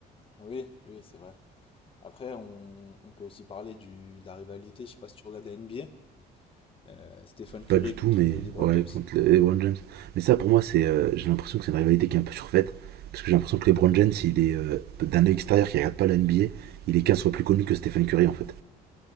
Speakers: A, on the left; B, on the right.
A: Oui, oui, c'est vrai. Après, on, on peut aussi parler du, de la rivalité. Je sais pas si tu regardes la NBA. euh, Stephen Curry
B: Pas du tout,
A: contre
B: mais
A: LeBron
B: ouais,
A: James.
B: contre le- LeBron James. Mais ça, pour moi, c'est, euh, j'ai l'impression que c'est une rivalité qui est un peu surfaite. Parce que j'ai l'impression que LeBron James, il est euh, d'un œil extérieur qui regarde pas la NBA, il est 15 fois plus connu que Stephen Curry en fait.